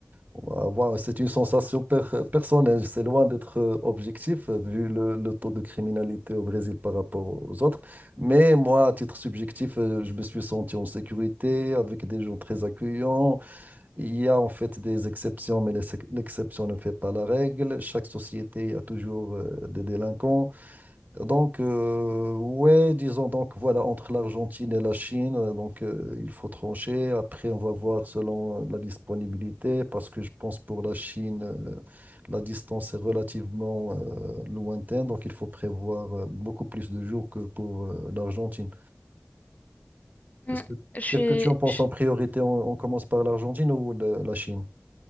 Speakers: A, on the right; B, on the left.
A: Wa- wa- c'est une sensation per- personnelle, c'est loin d'être euh, objectif euh, vu le, le taux de criminalité au Brésil par rapport aux autres. Mais moi, à titre subjectif, euh, je me suis senti en sécurité avec des gens très accueillants. Il y a en fait des exceptions, mais les ex- l'exception ne fait pas la règle. Chaque société a toujours euh, des délinquants. Donc, euh, ouais, disons donc, voilà, entre l'Argentine et la Chine, euh, donc euh, il faut trancher. Après, on va voir selon euh, la disponibilité, parce que je pense pour la Chine, euh, la distance est relativement euh, lointaine, donc il faut prévoir euh, beaucoup plus de jours que pour euh, l'Argentine. Qu'est-ce
B: Mm.
A: que,
B: Je suis,
A: qu'est-ce que tu en penses
B: je
A: en priorité? On, on commence par l'Argentine ou le- la Chine?